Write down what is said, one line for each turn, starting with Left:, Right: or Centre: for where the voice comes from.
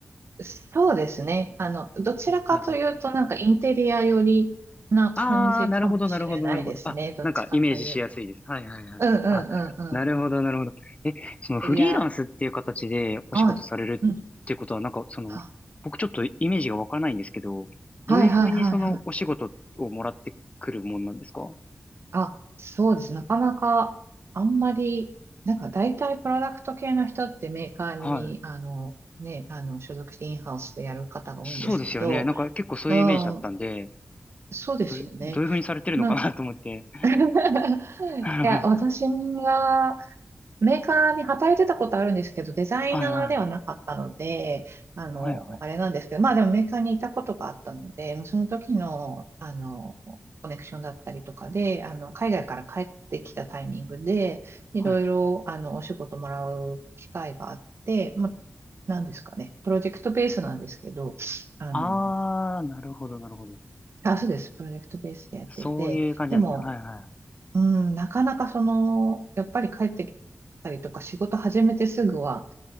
Right: い。そうですね。あの、どちらかというと、
Left: あうんうん
Right: なんかインテリア寄りな感じかもしれないですね。
Left: ああ、なるほど、なるほど、なるほど。あ、
Right: どっちかというと。
Left: なんかイメージしやすいです。はいはいはいはい。
Right: うんうんうんうん。
Left: あ、なるほど、なるほど。え、そのフリーランスっていう形でお仕事されるっていうことは、
Right: セリア、はい。うん。
Left: なんかその、
Right: は
Left: 僕ちょっとイメージがわからないんですけど、どういうふうにそのお仕事をもらってくるもんなんですか
Right: はいはいはいはい。あ、そうです。なかなか、あんまり、なんか大体プロダクト系の人ってメーカーに、
Left: はい。
Right: あの、ね、あの、所属してインハウスでやる方が多いんですけど、
Left: そうですよね。なんか結構そういうイメージだったんで、
Right: うん、そうですよね。
Left: どういう、どういうふうにされてるのかなと思って。
Right: な、<laughs> いや、
Left: <laughs> はいはい。
Right: 私が、メーカーに働いてたことあるんですけど、デザイナーではなかったので、
Left: は
Right: あの、
Left: いはい。
Right: あれなんですけど、まあでもメーカーにいたことがあったので、その時の、あの、コネクションだったりとかで、あの、海外から帰ってきたタイミングで、いろいろ、
Left: はい。
Right: あの、お仕事もらう機会があって、まあ、なんですかね、プロジェクトベースなんですけど、あの、
Left: ああ、なるほど、なるほど。
Right: あ、そうです、プロジェクトベースでやってて、
Left: そういう感じなんですね。
Right: でも、
Left: はいはい
Right: うん、なかなかその、やっぱり帰ってきたりとか、仕事始めてすぐは、